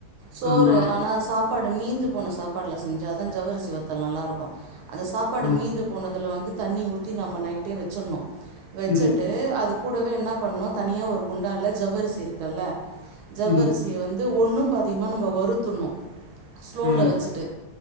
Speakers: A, on the right (about 75°); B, on the left (about 85°).
A: சோறு
B: ஆமா
A: ஆனா சாப்பாடு அந்த மீந்து போன சாப்பாடுல செஞ்சாதா ஜவ்வரிசி வத்தல் நல்லா இருக்கும் அந்த சாப்பாடு
B: ஆ
A: மீந்து போனது அதுல வந்து தண்ணி ஊத்தி நம்ம நைட்டே வச்சிட்ணு வச்சுட்டு
B: ம்
A: அது கூடவே என்ன பண்ணோ தனியாக ஒரு குண்டால ஜவ்வரிசி இருக்குல்ல ஜவ்வரிசிய
B: ம்
A: வந்து ஒன்னு பாதியுமா நம்ம வருத்துணும் ஸ்லோல
B: ஆ
A: வச்சுட்டு